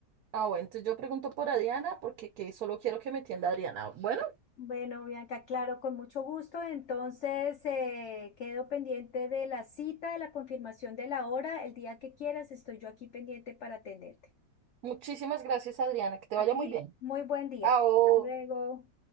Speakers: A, on the right; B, on the left.
A: Ah, bueno, entonces yo pregunto por Adriana porque que solo quiero que me entienda Adriana. Bueno,
B: Bueno, Bianca, claro, con mucho gusto. Entonces, eh, quedo pendiente de la cita, de la confirmación de la hora. El día que quieras, estoy yo aquí pendiente para atenderte.
A: muchísimas gracias, Adriana. Que te
B: A
A: vaya
B: ti,
A: muy bien.
B: muy buen día.
A: Chao.
B: Hasta luego.